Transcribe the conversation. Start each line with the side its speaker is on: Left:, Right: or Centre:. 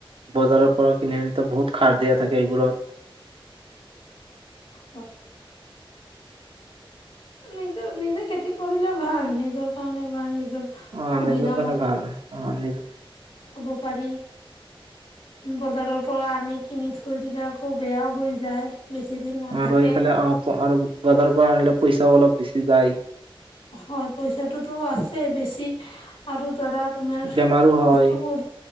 Right: বজাৰৰ পৰা কিনি আনিলে তো বহুত খাৰ দিয়া থাকে এইবোৰত।
Left: হয়। নিজে, নিজে খেতি কৰিলে ভাল। নিজৰ কাৰণে ভাল নিজৰ
Right: অ
Left: সুবিধা
Right: নিজৰ কাৰনে ভাল। অ নিজৰ
Left: হ'ব পাৰি। বজাৰৰ পৰা আনি কিনি থৈ দিলে আকৌ বেয়াও হৈ যায়। বেছি দিন নাথাকে
Right: আৰু এইফালে, আ প আৰু বজাৰৰ পৰা আনিলে পইছাও অলপ বেছি যায়।
Left: হয় পইচাটোতো আছেই। বেছি, আৰু ধৰা তোমাৰ
Right: বেমাৰো হয়
Left: বস্তুবোৰ